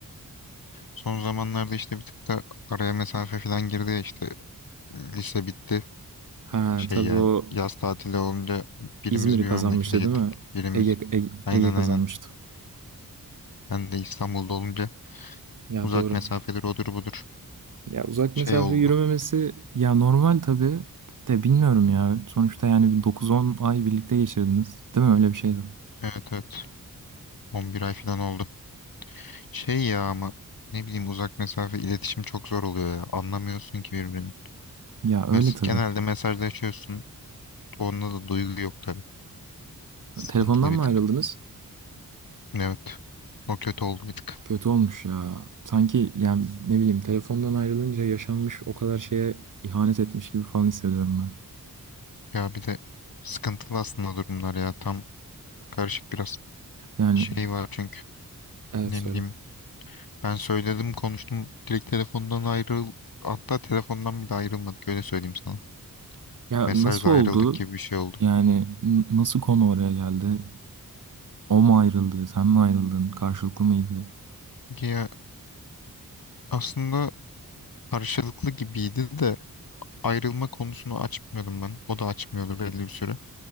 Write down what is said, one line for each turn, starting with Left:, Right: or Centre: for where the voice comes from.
Left: Son zamanlarda işte bir tık da araya mesafe falan girdi ya işte. Lise bitti.
Right: Ha
Left: Şey
Right: tabii
Left: yani
Right: o
Left: yaz tatili olunca birimiz
Right: İzmir'i
Left: bir
Right: kazanmıştı
Left: memlekete gittik.
Right: değil mi?
Left: Birimiz
Right: Ege, Ege,
Left: aynen
Right: Ege kazanmıştı.
Left: aynen. Ben de İstanbul'da olunca
Right: Ya
Left: uzak
Right: doğru.
Left: mesafedir odur budur
Right: Ya uzak
Left: şey
Right: mesafe
Left: oldu.
Right: yürümemesi ya normal tabii de bilmiyorum ya. Sonuçta yani bir 9-10 ay birlikte geçirdiniz. Değil mi? Öyle bir şeydi.
Left: Evet evet. 11 ay falan oldu. Şey ya ama ne bileyim uzak mesafe iletişim çok zor oluyor ya. Anlamıyorsun ki birbirini.
Right: Ya öyle
Left: Mes
Right: tabii.
Left: genelde mesajlaşıyorsun. Onda da duygu yok tabii. Sıkıntılı
Right: Telefondan
Left: bir
Right: mı
Left: tık.
Right: ayrıldınız?
Left: Evet. O kötü oldu bir tık.
Right: Kötü olmuş ya. Sanki yani ne bileyim telefondan ayrılınca yaşanmış o kadar şeye ihanet etmiş gibi falan hissediyorum ben.
Left: Ya bir de sıkıntılı aslında durumlar ya. Tam karışık biraz
Right: Yani
Left: şey var çünkü.
Right: evet
Left: Ne
Right: söyle.
Left: bileyim ben söyledim konuştum. Direkt telefondan ayrıl. Hatta telefondan bile ayrılmadık öyle söyleyeyim sana.
Right: Ya
Left: Mesajla
Right: nasıl oldu?
Left: ayrıldık gibi bir şey oldu.
Right: Yani n- nasıl konu oraya geldi? O mu ayrıldı? Sen mi ayrıldın? Karşılıklı mıydı?
Left: Ya aslında karşılıklı gibiydi de ayrılma konusunu açmıyordum ben. O da açmıyordu belli bir süre.